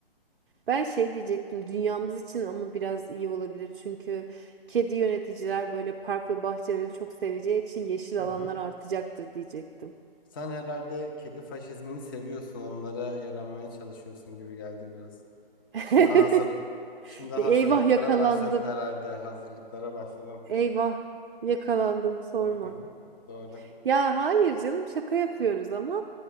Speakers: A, on the right (about 65°); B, on the left (about 20°).
A: Ben şey diyecektim dünyamız için ama biraz iyi olabilir çünkü kedi yöneticiler böyle park ve bahçeleri çok seveceği için yeşil
B: Hı hı.
A: alanlar artacaktır diyecektim.
B: Sen herhalde kedi faşizmini seviyorsun, onlara yaranmaya çalışıyorsun gibi geldi biraz.
A: <laughs>
B: Şimdi hazır, şimdi hazırlıklara
A: Eyvah yakalandım.
B: başladın herhalde. Hazırlıklara başladım.
A: Eyvah yakalandım sorma.
B: Hı hı. Doğru.
A: Ya
B: Doğru.
A: hayır canım şaka yapıyoruz ama